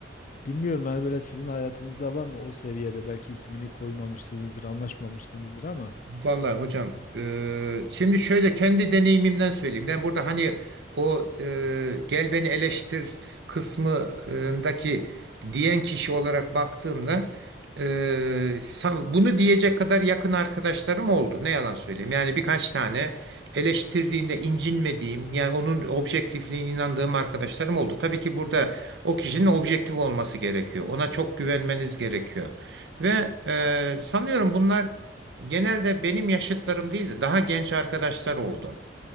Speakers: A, on the left; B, on the right.
A: Bilmiyorum hani böyle sizin hayatınızda var mı o seviyede belki ismini koymamışsınızdır, anlaşmamışsınızdır ama
B: Vallahi hocam eee, şimdi şöyle kendi deneyimimden söyleyeyim. Ben burada hani o eee, gel beni eleştir kısmındaki diyen kişi olarak baktığımda eee, san- bunu diyecek kadar yakın arkadaşlarım oldu. Ne yalan söyleyeyim. Yani birkaç tane eleştirdiğinde incinmediğim yani onun objektifliğine inandığım arkadaşlarım oldu. Tabii ki burada o kişinin objektif olması gerekiyor. Ona çok güvenmeniz gerekiyor. Ve eee, sanıyorum bunlar Genelde benim yaşıtlarım değil de daha genç arkadaşlar oldu.